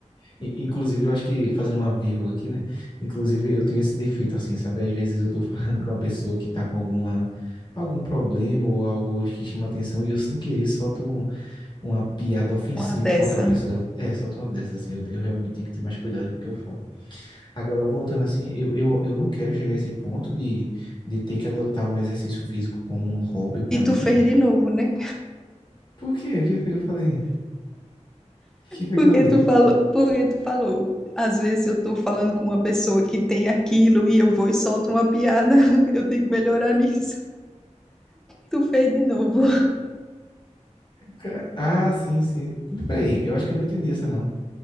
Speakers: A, on the left (about 40°); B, in the centre.
A: I- inclusive, eu acho que, fazendo uma vírgula aqui, né? Inclusive, eu tenho esse defeito assim, sabe? Às vezes eu estou <laughs> falando com uma pessoa que está com alguma, algum problema ou algo que chama atenção e eu sem querer solto um, uma piada ofensiva
B: Uma dessa.
A: com aquela pessoa. É, solta uma dessas, assim, eu, eu realmente tenho que ter mais cuidado com o que eu falo. Agora, voltando assim, eu, eu, eu não quero chegar a esse ponto de, de ter que adotar um exercício físico como um hobby pra
B: E
A: mim.
B: tu fez de novo, né?
A: Por quê? O que foi que eu falei? O que foi
B: Porque
A: que eu falei?
B: tu falou, porque tu falou. Às vezes eu tô falando com uma pessoa que tem aquilo e eu vou e solto uma piada. <laughs> Eu tenho que melhorar nisso. Tu fez de novo.
A: Ca- Ah, sim, sim. Peraí, eu acho que eu não entendi essa, não.